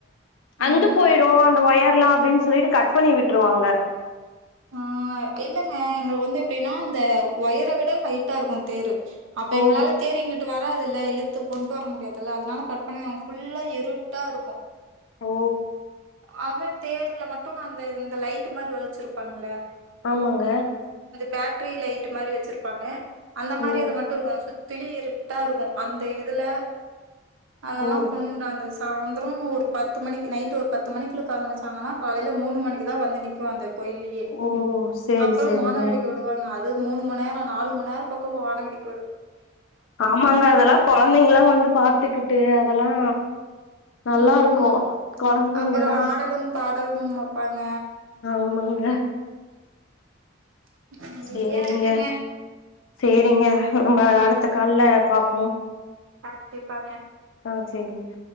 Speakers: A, on the left; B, on the right.
A: அந்து
B: ம்
A: போயிரும் அந்த ஒயர் லாம் அப்படின்னு சொல்லிட்டு கட் பண்ணி விட்டுருவாங்க
B: ஆ இல்லங்க எங்களுக்கு வந்து எப்படின்னா அந்த ஒயரை விட ஹைட்டா இருக்கும் தேரு அப்ப
A: ஓ
B: எங்களால தேர் இங்கிட்டு வ ராதுல்ல இழுத்து கொண்டு வர முடியாதுல்ல அதனால கட் பண்ணிருவாங்க ஃபுல்லா இருட்டா இருக்கும்
A: ஓ
B: ஆனா தேர்ல மட்டும் அந்த இந்த லைட்டு மாதிரி வலிச்சிருப்பாங்கல்ல
A: ஆமாங்க
B: பேட்ரி லைட் மாதிரி வச்சிருப்பாங்க அந்த மாதிரி
A: ஓ
B: இது மட்டும் இருக்கும் சுத் திலி இரு ட்டா இருக்கும் அந்த இதுல அதெல்லா
A: ஓ
B: கொண்டாந்து வச் சாந்ரோ ஒரு பத்து மணிக்கு நைட் ஒரு பத்து மணிக்குள்ள ஆரம்பிச்சாங்னா காலேல மூனு மணி இங்கதா வந்து நிக்கு அந்த கோயில்லயே
A: ஓ சேரி
B: அப்றோ
A: சேரிங்க
B: வானவெடிக்க விடுவாங்க அது மூனு மணி நேரோ நாலு மணி நேரோ பக்க போ வானவேடிக்க
A: ஆமாங்க அதெல்லா கொழந்தைங்கலா வந்து பாத்துக்கிட்டு அதெல்லா நல்லா
B: ம்
A: இருக்கு கொழந்தைங்கன்னா
B: அப்புறோ ஆடலும் பாடலும் வைப்பாங்க
A: ஆமாங்க
B: <unintelligible> நெறயா
A: சேரிங்க
B: இருக்குங்க
A: சேரிங்க நம்ம அடுத்த கால்ல பாப்போ
B: கண்டிப்பாங்க
A: ஆ சேரிங்க